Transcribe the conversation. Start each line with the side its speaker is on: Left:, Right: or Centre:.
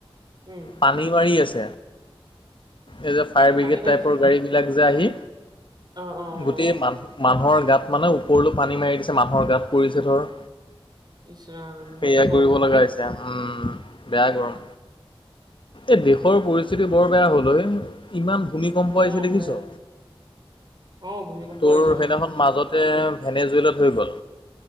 Right: উম
Left: পানী বাঢ়ি আছ এই যে ফায়াৰ ব্ৰিগেড
Right: পানী বাঢ়িছে
Left: টাইপৰ গাড়ী বিলাক যে আহি
Right: অ অ অ
Left: গোটেই মানু - মানুহৰ গাত মানে ওপৰলৈ পানী মাৰি দিছে, মানুহৰ গাত পৰিছে ধৰ
Right: ইচ ৰাম ইমানেই
Left: সেয়া কৰিব
Right: গৰম।
Left: লগা হৈছে, উম। বেয়া গৰম। এই দেশৰ পৰিস্থিতি বৰ বেয়া হ'ল অই, ইমান ভূমিকম্প
Right: অ',
Left: আহিছে দেখিছ?
Right: ভাই অ', ভূমিকম্প
Left: তোৰ
Right: আহিছে
Left: সেইদিনাখন
Right: অ', দেখিছো
Left: মাজতে ভেনেজুইলত হৈ গ'ল।